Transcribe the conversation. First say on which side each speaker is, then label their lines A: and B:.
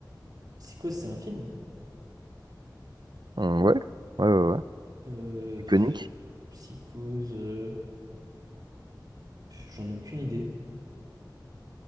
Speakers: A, on the right (about 55°); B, on the right (about 75°).
A: Psychose, c'est un film?
B: Hum, ouais, ouais, ouais, ouais. Euh,
A: Euh,
B: Iconique.
A: pff, Psychose. euh, pff, J'en ai aucune idée.